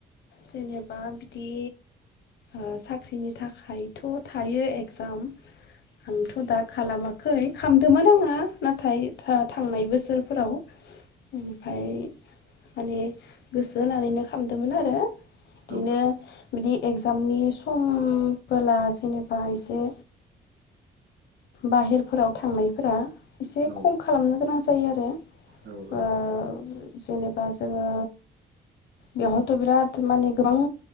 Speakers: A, on the left; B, on the right.
A: जेनेबा बिदि ओ साख्रिनि थाखायथ' थायो इगजाम आंथ' दा खालामाखै खालामदोंमोन आङो नाथाय थांनाय बोसोरफोराव ओमफ्राय माने गोसो होनानैनो खामदोंमोन आरो बिदिनो
B: औ
A: बिदि एगजामनि सम बोला जेनेबा एसे बाहेरफोराव थांनायफोरा एसे
B: औ
A: खम खालामनो गोनां जायो आरो
B: औ
A: ओ जेनेबा जोङो बेवहथ' बिराद माने गोबां